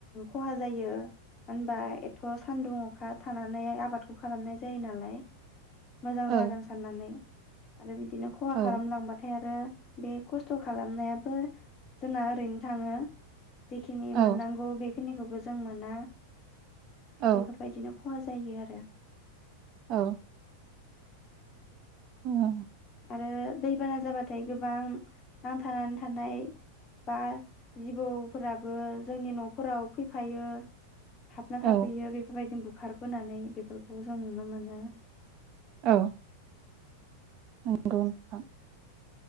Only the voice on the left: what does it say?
खहा जायो मानो होनबा एथ' सान्दुं अखा थानानै आबादखौ खालामनाय जायो नालाय। मोजां
जागोन साननानै। आरो बिदि दिनो खहा खालामलांबाथाय
आरो बे खस्थ' खालामनायाबो जोंना ओरैनो थाङो। जिखिनि
मोननांगौ बे खिनिखौबो जों मोना।
बैफोर बादिनो खहा जायो आरो।
आरो दैबाना जाबाथाय गोब बां नांथानानै थानाय बा जिबौफोराबो जोंनि न'फोराव फैफायो हाबना
थाफैयो बेफोरबायदि बु खारबोनानै बेफोरखौ जों नुनो मोनो।